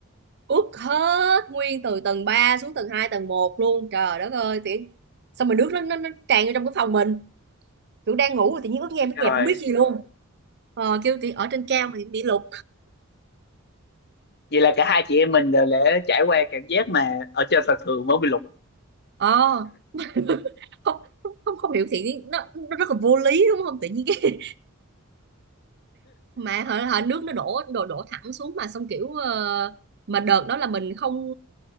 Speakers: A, on the right (about 55°); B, on the left (about 50°).
A: ướt hết nguyên từ tầng 3 xuống tầng 2 tầng một luôn trời đất ơi tiện xong mà nước nó nó, nó tràn vô trong cái phòng mình kiểu đang ngủ rồi tự nhiên ướt nhẹp ướt
B: rồi
A: nhẹp không biết gì luôn ờ, kêu thì ở trên cao mà bị bị lục
B: vậy là cả hai chị em mình đều đã trải qua cảm giác mà ở trên sàn thường mới bị lục
A: ờ <laughs> không không không không hiểu thì nó, nó rất là vô lý đúng không tự nhiên cái <laughs> mà hả, hả nước nó đổ đổ đổ thẳng xuống mà xong kiểu ờ, mà đợt đó là mình không